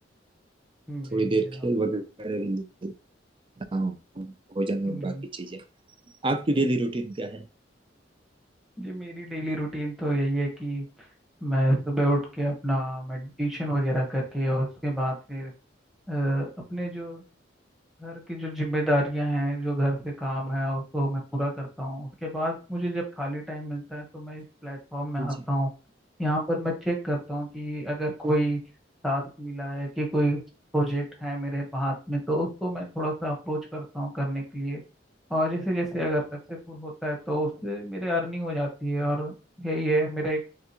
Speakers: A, in the centre; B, on the right.
A: जी
B: थोड़ी देर
A: जी
B: खेल
A: आप
B: वगैरह भी लेता हूँ भोजन
A: हम्म,
B: और बाकी चीजें आपकी डेली
A: हम्म।
B: रूटीन क्या है
A: जी मेरी डेली रूटीन तो यही है कि मैं सुबह उठ के अपना मेडिटेशन वगैरह करके और उसके बाद फिर अ, अपने जो घर की जो जिम्मेदारियां हैं जो घर के काम हैं उसको मैं पूरा करता हूँ उसके बाद मुझे जब खाली टाइम मिलता है तो मैं इस प्लेटफॉर्म में
B: जी
A: आता
B: जी
A: हूँ यहाँ पर मैं चेक करता हूँ कि अगर कोई टास्क मिला है कि कोई प्रोजेक्ट है मेरे हाथ में तो उसको मैं थोड़ा सा अप्रोच करता हूँ करने के लिए और जैसे जैसे अगर सक्सेसफुल होता है तो उससे मेरे अर्निंग हो जाती है और यही है मेरा एक